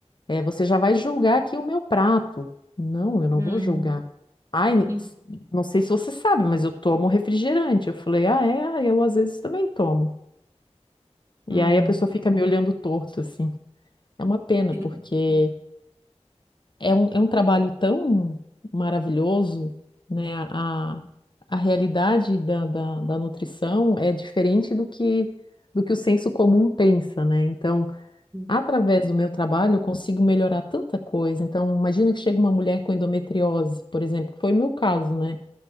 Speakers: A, on the left; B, on the right.
A: é, você já vai julgar aqui o meu prato. Não, eu não
B: Hum,
A: vou julgar. Ai,
B: sim,
A: ts- não sei se você sabe, mas eu tomo refrigerante. Eu falei, ah, é, Ah, eu às vezes também tomo. E
B: uhum,
A: aí a pessoa fica me olhando torto, assim. É uma pena,
B: sim,
A: porque é um, é um trabalho tão maravilhoso, né? A, a realidade da, da, da nutrição é diferente do que, do que o senso comum pensa, né? Então,
B: sim,
A: Através do meu trabalho, eu consigo melhorar tanta coisa. Então, imagina que chega uma mulher com endometriose, por exemplo, que foi o meu caso, né?